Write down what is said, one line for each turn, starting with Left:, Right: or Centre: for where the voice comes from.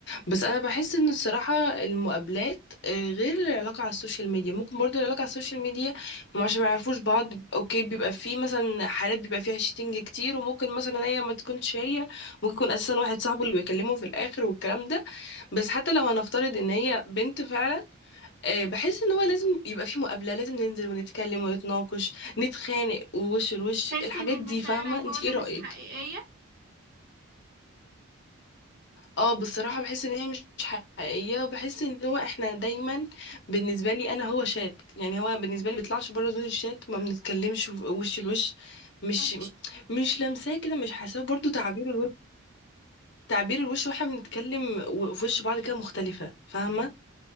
Left: بس انا بحس ان الصراحه المقابلات آه، غير العلاقه على السوشيال ميديا ممكن برضو العلاقه على السوشيال ميديا هم عشان ما يعرفوش بعض اوكي بيبقى في مثلا حالات بيبقى فيها شيتنج كتير وممكن مثلا هي ما تكونش هي ممكن يكون اساسا واحد صاحبه اللي بيكلمه في الاخر والكلام ده بس حتى لو هنفترض ان هي بنت فعلا آه، بحس ان هو لازم يبقى في مقابله لازم ننزل ونتكلم ونتناقش نتخانق ووش لوش
Right: تحسي
Left: الحاجات
Right: ان المشاعر
Left: دي فاهمه
Right: عن بعد
Left: انت ايه
Right: مش
Left: رايك
Right: حقيقية
Left: اه بصراحه بحس ان هي مش حقيقيه وبحس ان هو احنا دايما بالنسبه لي انا هو شات يعني هو بالنسبه لي بيطلعش بره زون الشات ما بنتكلمش وش لوش مش
Right: مم.
Left: مش لمساه كده مش حاساه برضو تعبير تعبير الوش واحنا بنتكلم و- في وش بعض كده مختلفة فاهمة